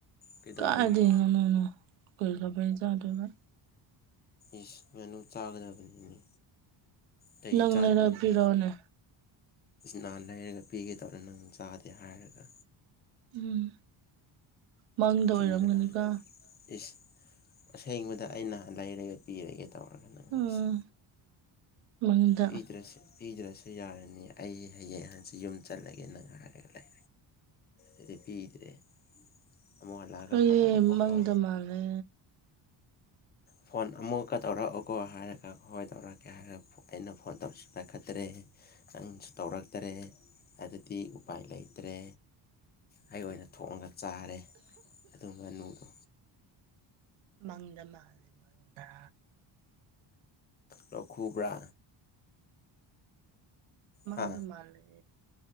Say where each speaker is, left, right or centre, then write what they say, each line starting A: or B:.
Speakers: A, on the left; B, on the right.
A: ꯀꯩꯗꯧꯕꯒꯤ
B: ꯀꯥꯏꯗꯒꯤ ꯉꯅꯨꯅꯣ ꯀꯔꯤ ꯂꯩꯕꯩ ꯆꯥꯗꯣꯢꯕ
A: ꯏꯁ ꯉꯅꯨ ꯆꯥꯒꯗꯕꯅꯤꯅꯦ ꯀꯩꯒꯤ
B: ꯅꯪ
A: ꯆꯥꯗꯕꯅꯣ
B: ꯂꯩꯔ ꯄꯤꯔꯛꯑꯣꯅꯦ
A: ꯅꯍꯥꯟ ꯂꯩꯔꯒ ꯄꯤꯒꯦ ꯇꯧꯔ ꯅꯪ ꯆꯥꯗꯦ ꯍꯥꯏꯔꯒ
B: ꯎꯝ ꯃꯪꯗ ꯑꯣꯏꯔꯝꯒꯅꯤꯀꯣ
A: ꯆꯨꯝꯗ꯭ꯔꯣ ꯏꯁ ꯑꯁꯦꯡꯕꯗ ꯑꯩꯅ ꯂꯩꯔꯒ ꯄꯤꯔꯒꯦ ꯇꯧꯔꯒ ꯅꯪ
B: ꯎꯝ
A: ꯏꯁ
B: ꯃꯪꯗ
A: ꯄꯤꯗ꯭ꯔꯁꯨ ꯄꯤꯗ꯭ꯔꯁꯨ ꯌꯥꯔꯅꯤ ꯑꯩ ꯍꯌꯦꯡ ꯍꯥꯡꯆꯤꯠ ꯌꯨꯝ ꯆꯠꯂꯒꯦ ꯅꯪ ꯍꯥꯏꯔꯒ ꯂꯩ ꯑꯗꯨꯗꯤ ꯄꯤꯗ꯭ꯔꯦ ꯑꯃꯨꯛ ꯍꯜꯂꯛꯑꯒ
B: ꯍꯣꯢꯌꯦ
A: ꯐꯣꯟ ꯇꯧꯔꯛꯑꯣꯀꯣ
B: ꯃꯪꯗ ꯃꯥꯥꯜꯂꯦ
A: ꯐꯣꯟ ꯑꯃꯨꯛꯀ ꯇꯧꯔꯛꯎꯀꯣ ꯍꯥꯏꯔꯒ ꯍꯣꯏ ꯇꯧꯔꯛꯀꯦ ꯍꯥꯏꯔ ꯑꯩꯅ ꯐꯣꯟ ꯇꯧꯔꯁꯨ ꯄꯥꯢꯈꯠꯇ꯭ꯔꯦ ꯅꯪꯁꯨ ꯇꯧꯔꯛꯇ꯭ꯔꯦ ꯑꯗꯨꯗꯤ ꯎꯄꯥꯏ ꯂꯩꯇ꯭ꯔꯦ ꯑꯩ ꯑꯣꯏꯅ ꯊꯣꯛꯑꯒ ꯆꯥꯔꯦ ꯑꯗꯨ ꯉꯅꯨꯗꯣ
B: ꯃꯪꯗ ꯃꯥꯜꯂꯤ ꯃꯪꯗ
A: ꯂꯣꯛ ꯈꯨꯕ꯭ꯔꯥ
B: ꯃꯪꯗ
A: ꯍꯥ
B: ꯃꯥꯜꯂꯦ